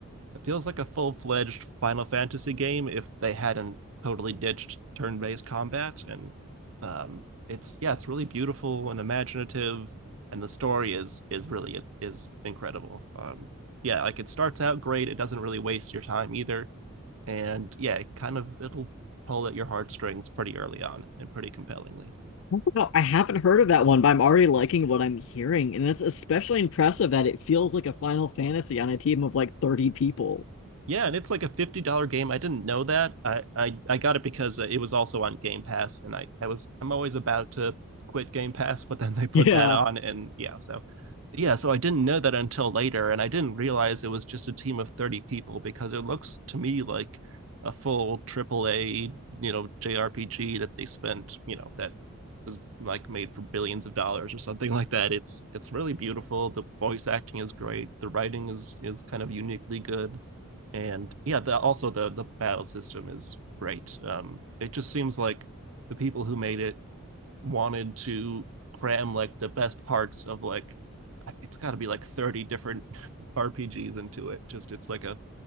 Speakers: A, on the right; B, on the left.
A: it feels like a full fledged Final Fantasy game if they hadn't totally ditched turn based combat. And um, it's yeah, it's really beautiful and imaginative, and the story is is really is incredible. Um, yeah, like it starts out great. It doesn't really waste your time either, and yeah, it kind of it'll pull at your heartstrings pretty early on and pretty compellingly.
B: Oh, wow, I haven't heard of that one, but I'm already liking what I'm hearing. And it's especially impressive that it feels like a Final Fantasy on a team of like 30 people. <laughs>
A: Yeah, and it's like a fifty dollar game. I didn't know that. I, I I got it because uh, it was also on Game Pass, and I I was I'm always about to quit Game Pass, but then they put
B: Yeah,
A: that on, and yeah, so yeah, so I didn't know that until later, and I didn't realize it was just a team of thirty people because it looks to me like a full triple A, you know JRPG that they spent you know that was like made for billions of dollars or something like that. It's it's really beautiful. The voice acting is great. The writing is is kind of uniquely good and yeah the, also the the battle system is great um it just seems like the people who made it wanted to cram like the best parts of like it's got to be like 30 different <laughs> rpgs into it just it's like a